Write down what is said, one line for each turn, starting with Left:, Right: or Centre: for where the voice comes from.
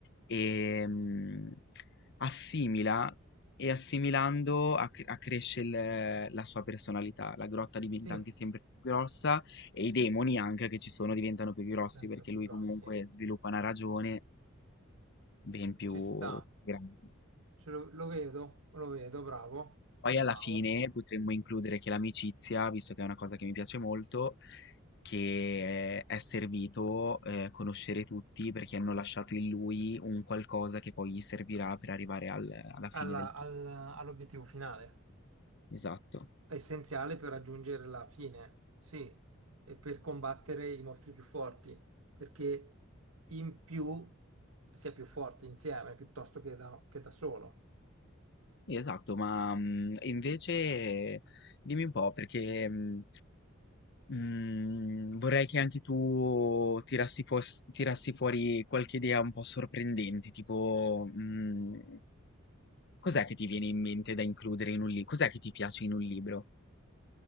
Left: e mm, assimila e assimilando acc- accresce il- la sua personalità. La grotta diventa
Right: Sì,
Left: anche sempre più grossa e i demoni anche che ci sono diventano più grossi
Right: sempre
Left: perché
Right: più
Left: lui
Right: grossi.
Left: comunque sviluppa una ragione ben più
Right: Ci sta.
Left: grande.
Right: Ce lo, lo vedo, lo vedo, bravo,
Left: Poi
Right: bravo.
Left: alla fine potremmo includere che l'amicizia, visto che è una cosa che mi piace molto, che eh, è servito eh, conoscere tutti perché hanno lasciato in lui un qualcosa che poi gli servirà per arrivare al- alla
Right: alla-
Left: fine del
Right: al-
Left: tuo.
Right: all'obiettivo finale,
Left: Esatto,
Right: è essenziale per raggiungere la fine, sì, e per combattere i mostri più forti, perché in più si è più forti insieme piuttosto che da, che da solo.
Left: Sì, esatto, ma mm, invece dimmi un po' perché mm, mm, vorrei che anche tu tirassi, fuos- tirassi fuori qualche idea un po' sorprendente, tipo... mm, Cos'è che ti viene in mente da includere in un li cos'è che ti piace in un libro?